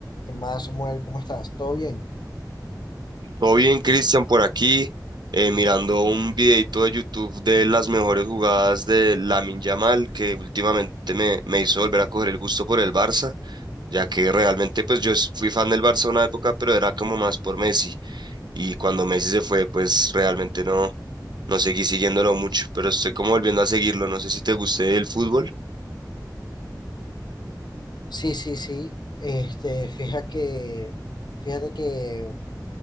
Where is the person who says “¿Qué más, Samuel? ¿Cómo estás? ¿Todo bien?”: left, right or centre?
Left